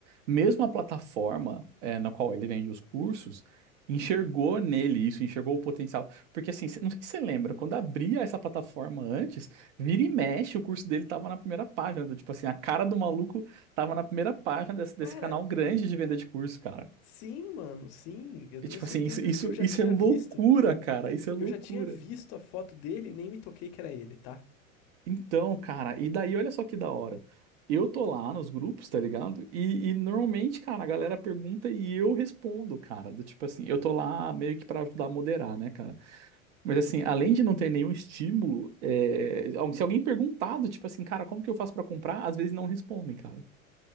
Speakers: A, on the right; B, on the left.
A: mesmo a plataforma eh, na qual ele vende os cursos enxergou nele isso, enxergou o potencial. Porque assim, cê- não sei se você lembra, quando abria essa plataforma antes, vira e mexe, o curso dele tava na primeira página. do- Tipo assim, a cara do maluco tava na primeira página desse, desse
B: Cara,
A: canal grande de venda de curso, cara.
B: Sim, mano, sim. Eu tenho
A: E, tipo
B: certeza
A: assim, isso, isso,
B: que eu já
A: isso
B: tinha
A: é loucura,
B: visto.
A: cara. Isso é loucura.
B: Eu já tinha visto a foto dele e nem me toquei que era ele, tá?
A: Então, cara, e daí olha só que da hora. Eu tô lá nos grupos, tá ligado? E, e normalmente, cara, a galera pergunta e eu respondo, cara. Do tipo assim, eu tô lá meio que pra ajudar a moderar, né, cara? Mas assim, além de não ter nenhum estímulo, é, al- se alguém perguntado, tipo assim, cara, como que eu faço pra comprar? Às vezes não respondem, cara.